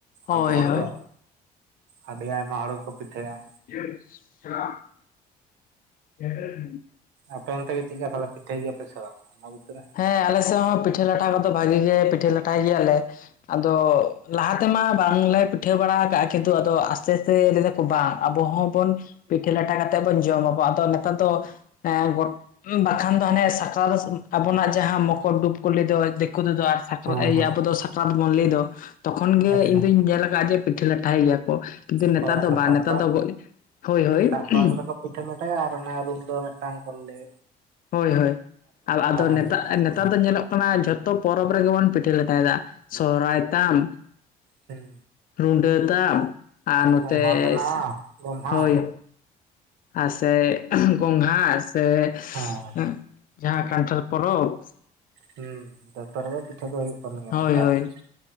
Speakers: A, on the left; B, on the right.
A: ᱦᱳᱭ
B: ᱟᱵᱚ ᱦᱚᱲ
A: ᱦᱳᱭ
B: ᱫᱚ ᱟᱹᱰᱤ ᱟᱭᱢᱟ ᱦᱚᱲ ᱜᱮᱠᱚ ᱯᱤᱴᱷᱟᱹᱭᱟ ᱾
A: <unintelligible>
B: ᱟᱯᱮ ᱚᱱᱛᱮ ᱜᱮ ᱪᱤᱠᱠᱟ ᱛᱟᱦᱚᱞᱮ ᱯᱤᱴᱷᱟᱹᱭ ᱜᱮᱭᱟᱯᱮ ᱥᱮ ᱟᱢᱟᱵᱚᱛᱤ ᱨᱮ ᱾
A: ᱦᱮᱸ ᱟᱞᱮᱥᱮᱜ ᱦᱚᱸ ᱯᱤᱴᱷᱟᱹ ᱞᱟᱴᱷᱟ ᱠᱚᱫᱚ ᱵᱷᱟᱜᱤ ᱜᱮ ᱯᱤᱴᱷᱟᱹ ᱞᱟᱴᱷᱟᱭ ᱜᱮᱭᱟᱞᱮ ᱾ ᱟᱫᱚ ᱞᱟᱦᱟ ᱛᱮᱢᱟ ᱵᱟᱝᱞᱮ ᱯᱤᱴᱷᱟᱹ ᱵᱟᱲᱟ ᱠᱟᱜᱼᱟ ᱠᱤᱱᱛᱩ ᱟᱫᱚ ᱟᱥᱛᱮ ᱟᱥᱛᱮ ᱞᱮᱞᱮᱯ ᱵᱟ ᱟᱵᱚ ᱦᱚᱸᱵᱚᱱ ᱯᱤᱴᱷᱟᱹ ᱞᱟᱴᱟ ᱠᱟᱛᱮᱫ ᱵᱚᱱ ᱡᱚᱢ ᱟᱵᱚ ᱟᱫᱚ ᱱᱮᱛᱟᱨ ᱫᱚ ᱾ ᱮ ᱜᱚᱴ ᱵᱟᱠᱷᱟᱱ ᱫᱚ ᱦᱟᱱᱮ <inaudible> ᱟᱵᱚᱱᱟᱜ ᱡᱟᱦᱟᱸ ᱢᱚᱠᱚᱨ ᱰᱩᱵ ᱠᱚ ᱞᱟᱹᱭ ᱫᱚ ᱫᱮᱠᱳ ᱛᱮᱫᱚ ᱟᱨ ᱥᱟᱠᱨᱟ
B: ᱦᱮᱸ
A: ᱮ ᱤᱭᱟᱹ
B: ᱦᱮᱸ
A: ᱟᱨ ᱟᱵᱚ ᱫᱚ ᱥᱟᱠᱨᱟᱛ ᱵᱚᱱ ᱞᱟᱹᱭ ᱫᱚ ᱾ ᱛᱚᱠᱷᱚᱱ ᱜᱮ
B: ᱮᱠᱫᱚᱢ
A: ᱤᱧ ᱫᱩᱧ ᱧᱮᱞ ᱟᱠᱟᱜᱼᱟ ᱡᱮ ᱯᱤᱴᱷᱟᱹ ᱞᱟᱴᱷᱟᱭ ᱜᱮᱭᱟ ᱠᱚ ᱾ ᱠᱤᱱᱛᱩ ᱱᱮᱛᱟᱨ
B: ᱦᱳᱭ ᱚᱱᱟ
A: ᱫᱚ ᱵᱟ
B: ᱥᱟᱠᱨᱟᱛ
A: ᱱᱮᱛᱟ ᱫᱚ <inaudible> ᱦᱳᱭ ᱦᱳᱭ
B: ᱥᱟᱠᱨᱟᱛ
A: <unintelligible>
B: ᱨᱮᱠᱚ ᱯᱤᱴᱷᱟᱹ ᱵᱟᱛᱟᱭᱟ ᱟᱨ ᱚᱱᱟ ᱨᱩᱢ ᱫᱚ ᱢᱤᱫᱴᱟᱝ ᱠᱚ ᱞᱮ
A: ᱦᱳᱭ ᱦᱳᱭ ᱟᱫᱚ
B: ᱮᱠᱫᱚᱢ
A: ᱱᱮᱛᱟᱜ ᱱᱮᱛᱟᱨ ᱫᱚ ᱧᱮᱞᱚᱜ ᱚᱱᱟ ᱡᱷᱚᱛᱚ ᱯᱚᱨᱚᱵᱽ ᱨᱮᱜᱮ ᱵᱚᱱ ᱯᱤᱴᱷᱟᱹ ᱞᱟᱴᱷᱟᱭᱮᱫᱟ ᱥᱚᱨᱚᱦᱟᱭ ᱛᱟᱢ ᱾
B: ᱦᱮᱸ
A: ᱨᱩᱰᱟᱹ ᱛᱟᱢ ᱟᱨ ᱱᱚᱛᱮᱥ
B: ᱜᱚᱢᱦᱟ ᱢᱮᱱᱟᱜᱼᱟ ᱜᱚᱢᱦᱟ
A: ᱦᱳᱭ ᱾ ᱟᱥᱮ <unintelligible> ᱜᱚᱝᱜᱷᱟ ᱥᱮ
B: ᱦᱚᱸ᱾
A: <inaudible> ᱡᱟᱦᱟᱸ ᱠᱟᱱᱴᱷᱟᱨ ᱯᱚᱨᱚᱵᱽ ᱾
B: ᱦᱚᱸ ᱫᱚᱯᱚᱨᱮᱭᱟ ᱯᱤᱴᱷᱟᱹ ᱫᱚ ᱦᱩᱭᱩᱜ ᱠᱟᱱ ᱜᱮᱭᱟ
A: ᱦᱳᱭ
B: ᱱᱮᱛᱟᱨ
A: ᱦᱳᱭ
B: ᱫᱚ ᱾